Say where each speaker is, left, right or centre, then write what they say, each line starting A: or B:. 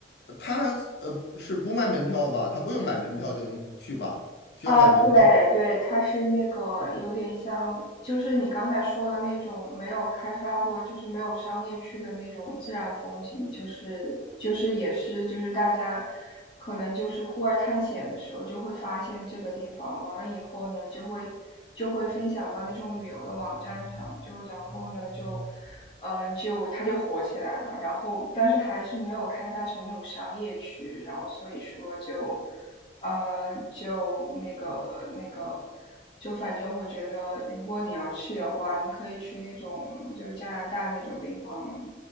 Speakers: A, on the left; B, on the left.
A: 他呃是不卖门票吧？他不用买门票就能去吧？需要买门票？
B: 啊，对对，它是那个有点像，就是你刚才说的那种没有开发过，就是没有商业区的那种自然风景，就是就是也是就是大家可能就是户外探险的时候就会发现这个地方，完了以后呢就会就会分享到那种旅游的网站上，就然后呢就嗯就它就火起来了，然后但是还是没有开发成那种商业区，然后所以说就。呃，就那个那个，就反正我觉得，如果你要去的话，你可以去那种就加拿大那种地方，